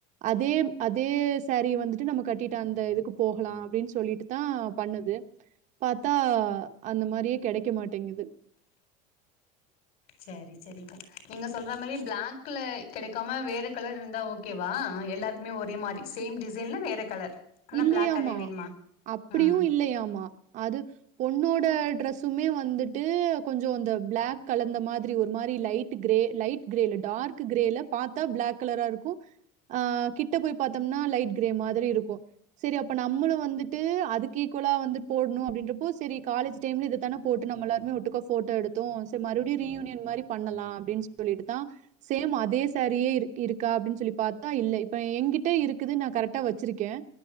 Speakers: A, on the right (about 40°); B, on the left (about 50°).
A: அதே - அதே சாரீ வந்துட்டு நம்ம கட்டிட்டு அந்த இதுக்கு போகலாம் அப்டின்னு சொல்லிட்டு தான் பண்ணது பாத்தா அந்த மாரியே கிடைக்க மாட்டேங்குது
B: சரி சரிக்கா நீங்க சொல்ற மரியே பிளாக்கில கிடைக்காம வேறு கலர் இருந்த ஓகேவா எல்லாருக்குமே ஒரே மாரி சேம் டிசைனில் வேற கலர் ஆனா
A: இல்லையாமா
B: பிளாக் அதே வேணுமா
A: அப்படியும்
B: ம்
A: இல்லையாமா அது பொண்ணோட ட்ரெஸ் சும்மே வந்துட்டு கொஞ்சம் இந்த பிளாக் கலர்ந்த மாதிரி ஒரு மாரி லைட் கிரே லைட் கிரேல டார்க் கிரேல பாத்தா பிளாக் கலரா இருக்கும் ஆஹ கிட்ட போய் பாத்தோம்னா லைட் கிரே மாதிரி இருக்கும் செரி அப்ப நம்முளும் வந்துட்டு அதுக்கு ஈக்குவலா வந்து போட்ணும் அப்டின்றப்போ செரி காலேஜ் டைம்ல இது தானே போட்டு நம்ம எல்லாருமே ஒட்டுக்கா போட்டோ எடுத்தோம் செரி மறுபடியும் ரீயூனியன் மாரி பண்ணலாம் அப்டின்னு சொல்லிட்டு தான் சேம் அதே சாரியே இருக்கு இருக்கா அப்டின்னு சொல்லி பாத்தா இல்ல இப்ப எங்கிட்ட இருக்குது நா கரெக்டா வச்சிருக்கேன்